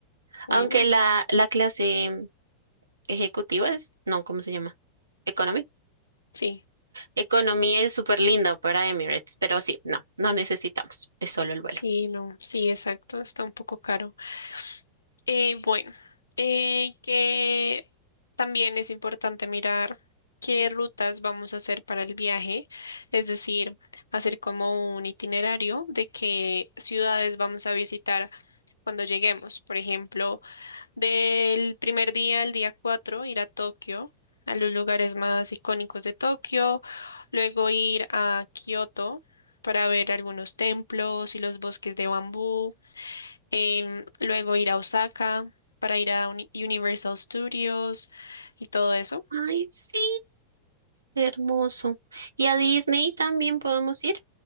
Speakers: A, on the left (about 75°); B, on the right (about 75°).
A: Uy,
B: Aunque
A: no.
B: la, la clase ejecutiva es, no, ¿cómo se llama? Economy.
A: Sí,
B: Economy es súper linda para Emirates, pero sí, no, no necesitamos, es solo el vuelo.
A: sí, no, sí, exacto, está un poco caro. Eh, bueno, eh, que también es importante mirar qué rutas vamos a hacer para el viaje, es decir, hacer como un itinerario de qué ciudades vamos a visitar cuando lleguemos. Por ejemplo, Del primer día al día 4 ir a Tokio, a los lugares más icónicos de Tokio, luego ir a Kioto para ver algunos templos y los bosques de bambú, em, luego ir a Osaka para ir a Uni- Universal Studios y todo eso.
B: Ay, sí, hermoso. Y a Disney también podemos ir